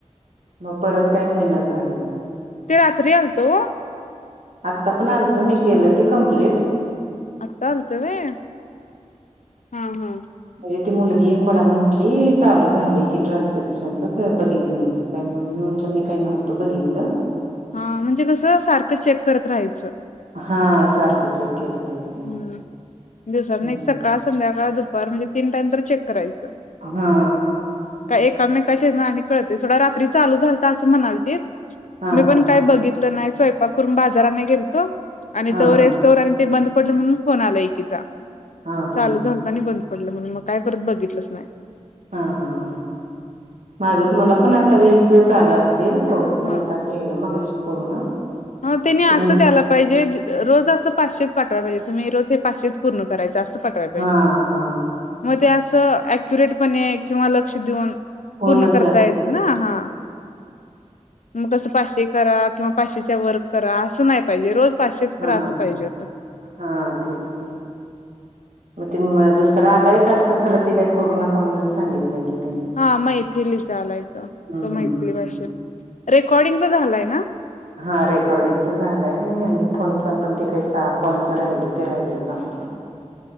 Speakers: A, on the right; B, on the left.
A: मग परत काय होईना झालय
B: ते रात्री आलतं ओ
A: आत्ता पण आलतं मी केलं ते कंप्लिट
B: आता आलतं व्हय. हा हा
A: म्हणजे ती मुलगी एक मला म्हटली चालू झालय की ट्रान्स्क्रिप्शनच बघितलं नाहीसा पण मी म्हटलं मी काय नव्हतं बघितलं
B: हा म्हणजे कसं सारखं चेक करत राहायचं
A: हा सारखं चेक केलं पाहिजे
B: हम् दिवसातनं
A: म्हणजे
B: एक सकाळ, संध्याकाळ, दुपार म्हणजे तीन टाइम तरी चेक करायचं.
A: हा
B: का एकामेकांच्या हेन आणि कळतंय सोडा रात्री चालू झालतं असं म्हणालतीत
A: हा
B: मी पण
A: हा
B: काय बघितलं नाही स्वयंपाक करून बाजार आणाय गेलतो आणि
A: हा
B: तवर तवर आणि ते बंद पडलं म्हणून फोन आला एकीचा
A: हा हा हा
B: चालू झालं आणि बंद पडलं म्हणून मग काय परत बघितलंच नाही.
A: हा हा हां माझ मला पण आता वीसचं आलं असतील तेवढंच मी
B: हा
A: आता केलं मगाशी पूर्ण
B: हा त्यांनी असं
A: ते मुल
B: द्यायल्यात पाहिजे रोज असं पाचशेच पाठवाय पाहिजे तुम्ही रोज हे पाचशेचं पूर्ण करायं असं पाठवाय पाहिजे
A: हा हा
B: मग ते असं अक्युरेटपणे किंवा लक्ष देऊन
A: होऊनच
B: पूर्ण करता
A: जातय
B: येत ना हा मग कसं पाचशे करा किंवा पाचशेच्या वर करा असं नाही पाहिजे रोज पाचशेच करा
A: हा
B: असं पाहिजे
A: हा
B: होतं
A: हा तेच की मग ते दुसरा आलाय टास्क खरं ते काय करू नका म्हणून सांगितलंय की त्यांनी
B: हा मैथिलीचा आलाय तो
A: हम्म
B: मैथिली भाषेत रेकॉर्डिंगचा झालाय ना?
A: हा रेकॉर्डिंगच झालाय आणि फोनचा पण ते काय सहा कॉलच राहिलं ते राहिलंचं आमचं